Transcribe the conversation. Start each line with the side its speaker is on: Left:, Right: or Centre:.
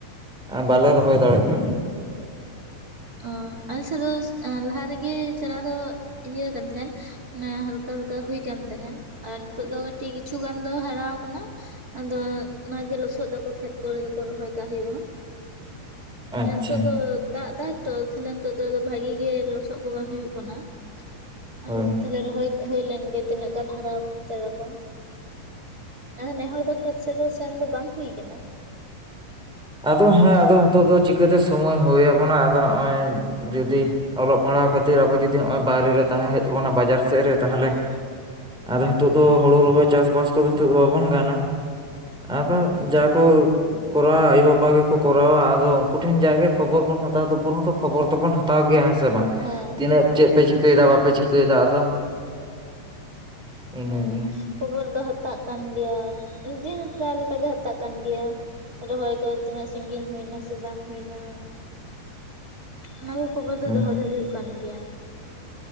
Centre: ᱵᱟᱞᱮ ᱨᱚᱦᱚᱭ ᱫᱟᱲᱮᱜ ᱠᱟᱱᱟ᱾
Right: ᱚ ᱟᱞᱮ ᱥᱮᱫ ᱫᱚ ᱞᱟᱦᱟ ᱨᱮᱜᱮ ᱪᱟᱨᱟ ᱫᱚ ᱤᱭᱟᱹ ᱠᱟᱱ ᱛᱟᱦᱮᱫ᱾ ᱦᱟᱞᱠᱟ ᱦᱟᱞᱠᱟ ᱦᱳᱭ ᱠᱟᱱ ᱛᱟᱦᱮᱸᱱ ᱟᱨ ᱱᱤᱛᱚᱜ ᱫᱚ ᱠᱟᱹᱴᱤᱡ ᱠᱤᱪᱷᱩ ᱜᱟᱱ ᱫᱚ ᱦᱟᱨᱟᱣ ᱠᱟᱱᱟ᱾ ᱟᱫᱚ ᱚᱱᱟ ᱜᱮ ᱞᱚᱥᱚᱫ ᱫᱟᱠᱚ ᱠᱷᱮᱛ ᱠᱚᱨᱮ ᱫᱚᱠᱚ ᱨᱚᱦᱚᱭ ᱠᱟᱜ ᱦᱩᱭᱩᱜᱼᱟ᱾
Centre: ᱟᱪᱪᱷᱟ
Right: ᱱᱤᱛᱳᱜ ᱫᱚ ᱫᱟᱜ ᱮᱫᱟᱭ᱾ ᱛᱚ ᱛᱟᱦᱚᱞᱮ ᱱᱤᱛᱚᱜ ᱫᱚ ᱵᱷᱟᱜᱤ ᱜᱮ ᱞᱚᱥᱚᱫ ᱠᱚ ᱵᱟᱝ ᱦᱩᱭᱩᱜ ᱠᱟᱱᱟ, ᱟᱫᱚ
Centre: ᱦᱳᱭ
Right: ᱛᱟᱦᱚᱞᱮ ᱨᱚᱦᱚᱭ ᱦᱩᱭ ᱞᱮᱱ ᱜᱮ ᱛᱤᱱᱟᱹᱜ ᱜᱟᱱ ᱦᱟᱨᱟ ᱟᱠᱟᱱᱟ ᱪᱟᱨᱟ ᱠᱚ᱾ ᱱᱮᱦᱚᱲ ᱫᱚ ᱠᱷᱮᱛ ᱥᱮᱫ ᱫᱚ ᱥᱮᱱ ᱫᱚ ᱵᱟᱝ ᱦᱩᱭ ᱠᱟᱱᱟ᱾
Centre: ᱟᱫᱚ ᱦᱮᱸ ᱟᱫᱚ ᱦᱤᱛᱚᱜ ᱫᱚ ᱪᱤᱠᱟᱹᱛᱮ ᱥᱚᱢᱚᱭ ᱦᱳᱭ ᱟᱵᱚᱱᱟ ᱟᱫᱚ ᱦᱚᱸᱜᱼᱚᱭ ᱡᱩᱫᱤ ᱚᱞᱚᱜ ᱯᱟᱲᱦᱟᱣ ᱠᱷᱟᱹᱛᱤᱨ ᱟᱵᱚ ᱡᱩᱫᱤ ᱱᱚᱜᱼᱚᱭ ᱵᱟᱭᱨᱮ ᱨᱮ ᱛᱟᱦᱮᱸ ᱦᱩᱭᱩᱜ ᱛᱟᱵᱚᱱᱟ ᱵᱟᱡᱟᱨ ᱥᱮᱫ ᱨᱮ ᱛᱟᱦᱚᱞᱮ,
Right: ᱦᱮᱸ
Centre: ᱟᱫᱚ ᱦᱤᱛᱚᱜ ᱫᱚ ᱦᱩᱲᱩ ᱨᱚᱦᱚᱭ ᱪᱟᱥᱵᱟᱥ ᱠᱚᱫᱚ ᱦᱤᱛᱚᱜ ᱫᱚ ᱵᱟᱵᱚᱱ ᱜᱟᱱᱟ᱾ ᱟᱫᱚ ᱡᱟ ᱠᱚ ᱠᱚᱨᱟᱣᱟ ᱟᱭᱳ ᱵᱟᱵᱟ᱾ ᱵᱟᱵᱟ ᱜᱮᱠᱚ ᱠᱚᱨᱟᱣᱟ ᱟᱫᱚ ᱩᱱᱠᱩ ᱴᱷᱮᱱ ᱡᱟ ᱜᱮ ᱠᱷᱚᱵᱚᱨ ᱵᱚᱱ ᱦᱟᱛᱟᱣ ᱛᱚᱵᱩ ᱦᱚᱸ ᱛᱚ ᱠᱷᱚᱵᱚᱨ ᱫᱚᱵᱚᱱ ᱦᱟᱛᱟᱣ ᱜᱮᱭᱟ ᱦᱮᱸ ᱥᱮ ᱵᱟᱝ᱾
Right: ᱦᱮᱸ
Centre: ᱛᱤᱱᱟᱹᱜ ᱪᱮᱫ ᱯᱮ
Right: ᱦᱮᱸ
Centre: ᱪᱤᱠᱟᱹᱭᱫᱟ ᱵᱟᱯᱮ ᱪᱤᱠᱟᱹᱭᱫᱟ ᱟᱫᱚ᱾ ᱤᱱᱟᱹᱜᱮ
Right: ᱦᱩᱸ ᱠᱷᱚᱵᱚᱨ ᱫᱚ ᱦᱟᱛᱟᱜ ᱠᱟᱱ ᱜᱮᱭᱟ ᱫᱤᱱ ᱯᱨᱟᱭ ᱞᱮᱠᱟ ᱜᱮ ᱦᱟᱛᱟᱜ ᱠᱟᱱ ᱜᱮᱭᱟ᱾ ᱨᱚᱦᱚᱭ ᱠᱚ ᱛᱤᱱᱟᱹᱜ ᱥᱟᱺᱜᱤᱧ ᱦᱩᱭᱱᱟ ᱥᱮ ᱵᱟᱝ ᱦᱩᱭᱱᱟ ᱚᱱᱟ ᱠᱚ᱾ ᱠᱷᱚᱵᱚᱨ ᱫᱚ
Centre: ᱦᱮᱸ
Right: ᱫᱚᱦᱚ ᱫᱚ ᱦᱩᱭᱩᱜ ᱠᱟᱱ ᱜᱮᱭᱟ᱾